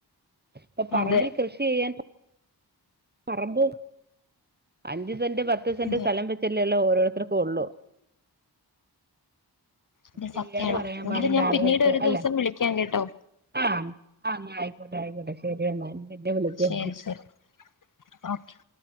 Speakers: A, on the right; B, on the left.
A: ഇപ്പ പറമ്പിൽ
B: അതെ
A: കൃഷി ചെയ്യാൻ പറമ്പ് അഞ്ച് സെന്റ് പത്ത് സെന്റ്
B: അതെ
A: സ്ഥലം വെച്ചല്ലേ ഓരോര്ത്തർക്കുള്ളു
B: അത്
A: ചെയ്യാന്
B: സത്യാണ്.
A: പറയാൻ
B: എങ്കില്
A: പാടില്ല
B: ഞാൻ
A: ആളുകൾക്ക്
B: പിന്നീട് ഒര്
A: അല്ലെ
B: ദിവസം വിളിക്കാം കെട്ടൊ
A: ആഹ് ആഹ് ആയിക്കോട്ടെ ആയിക്കോട്ടെ ശരി എന്ന എന്നെ വിളിക്ക്
B: ശരി ശരി ഓക്കെ